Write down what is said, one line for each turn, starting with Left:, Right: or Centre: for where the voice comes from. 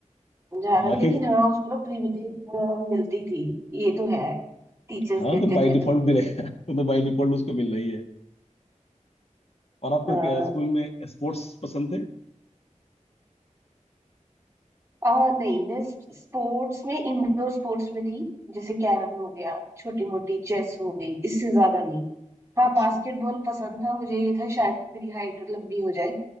Right: समझा रहा,
Left: हाँ कि
Right: लेकिन हाँ उसको ना प्रिविलेज मिलती थी ये तो है टीचर्स
Left: हाँ
Right: देते
Left: तो बाय
Right: थे
Left: डिफॉल्ट
Right: प्रिविलेज
Left: मिलेगा <laughs> वो तो बाय डिफॉल्ट उसको मिलना ही है और आपको
Right: हाँ,
Left: क्या स्कूल में स्पोर्ट्स पसंद थे
Right: और <laughs> नहीं मैं स्पोर्ट्स में इंडोर स्पोर्ट्स में थी जैसे कैरम हो गया छोटी मोटी चेस हो गई इससे ज्यादा नहीं हाँ
Left: अच्छा
Right: बास्केटबॉल पसंद था मुझे ये था शायद मेरी हाइट लंबी हो जाए